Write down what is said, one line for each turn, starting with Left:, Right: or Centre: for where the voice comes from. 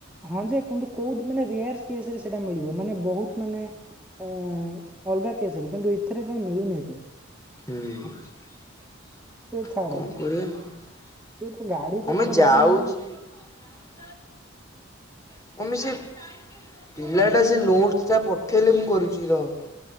Centre: ହଁ ଯେ କିନ୍ତୁ କୋଉଠି ମାନେ ରେଆର କେସରେ ସେଟା ମିଳିବ ମାନେ ବହୁତ ମାନେ। ଆଁ ଅଲଗା କେସ ରେ କିନ୍ତୁ ଇଥେରେ ଯମା ମିଳୁନି ଏବେ।
Left: ହୁଁ କଁ
Centre: ସେ ଛାଡ
Left: କରିବା।
Centre: ସେ ତ ଗାଡି ପତ୍ର
Left: <unintelligible>
Centre: ଯାହା ମାନେ
Left: <unintelligible>